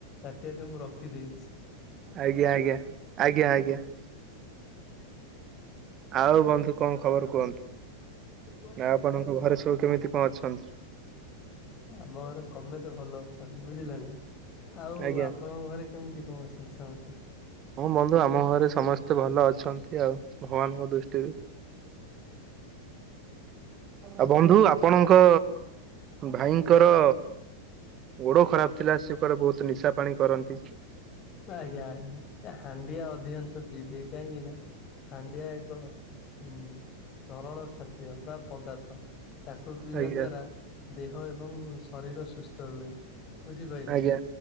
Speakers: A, on the left; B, on the right.
A: ତାଟିଆଟି ମୁଁ ରଖିଦେଇଚି।
B: ଆଜ୍ଞା ଆଜ୍ଞା। ଆଜ୍ଞା ଆଜ୍ଞା। ଆଉ ବନ୍ଧୁ କଣ ଖବର କୁହନ୍ତୁ?
A: <unintelligible>
B: ଆଉ ଆପଣଙ୍କ ଘରେ ସବୁ କେମିତି କଣ ଅଛନ୍ତି?
A: ଆମ ଘରେ ସମେତେ ଭଲ ଅଛନ୍ତି। ବୁଝିଲେ ନା? ଆଉ
B: ଆଜ୍ଞା
A: ଆପଣଙ୍କ ଘରେ କେମିତି କଣ ଅଛନ୍ତି ସମେତେ?
B: ହଁ, ବନ୍ଧୁ ଆମ ଘରେ ସମସ୍ତେ ଭଲ ଅଛନ୍ତି ଆଉ। ଭଗବାନଙ୍କ ଦୃଷ୍ଟିରୁ। ଆ ବନ୍ଧୁ ଆପଣଙ୍କ ଭାଇଙ୍କର ଗୋଡ ଖରାପ ଥିଲା, ସେ କୁଆଡ଼େ ବହୁତ ନିଶା ପାଣି କରନ୍ତି।
A: ଆଜ୍ଞା ଆଜ୍ଞା। ସେ ହାଣ୍ଡିଆ ଅଧିକାଂଶ ପିଇଦିଏ। କାହିଁକି ନା ହାଣ୍ଡିଆ ଏକ ଉଁ ସରଳ ଖାଦ୍ୟ। ବା ପଦାର୍ଥ। ତାକୁ ପିଇବା
B: ଆଜ୍ଞା
A: ଦ୍ଵାରା ଦେହ ଏବଂ ଶରୀର ସୁସ୍ ସ୍ଥ ରୁହେ। ବୁଝିପାରିଲେ
B: ଆଜ୍ଞା
A: ନା?